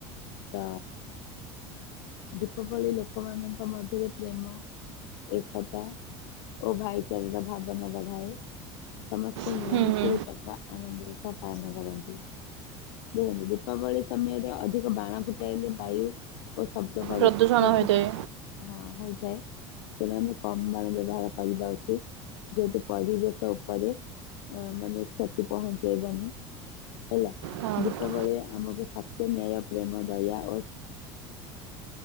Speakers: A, on the left; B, on the right.
A: ତ ଦୀପାବଳି ଲୋକମାନଙ୍କ ମଧ୍ୟରେ ପ୍ରେମ ଏକତା ଓ ଭାଇଚାରାର ଭାବନା ବଢ଼ାଏ। ସମସ୍ତେ
B: ହଁ
A: ମିଳିମିଶି ଏହି ପର୍ବ ଆନନ୍ଦ ରୁପେ ପାଳନ କରନ୍ତି। ଦେଖନ୍ତୁ ଦୀପାବଳି ସମୟରେ ଅଧିକ ବାଣ ଫୁଟାଇଲେ ବାୟୁ ଓ ଶବ୍ଦ ପ୍ରଦୁ
B: ପ୍ରଦୂଷଣ
A: ପ୍ରଦୂଷଣ
B: ହୋଇଥାଏ
A: ହଁ ହୋଇଥାଏ। ତେଣୁ ଆମେ କମ ବାଣ ବ୍ୟବହାର କରିବା ଉଚିତ। ଯେହେତୁ ପରିବେଶ ଉପରେ ଅ ମାନେ କ୍ଷତି ପହଞ୍ଚେଇବାନି ହେଲା
B: ହଁ
A: ଦୀପାବଳି ଆମକୁ ଶକ୍ତି, ନ୍ୟାୟ, ପ୍ରେମ, ଦୟା ଓ।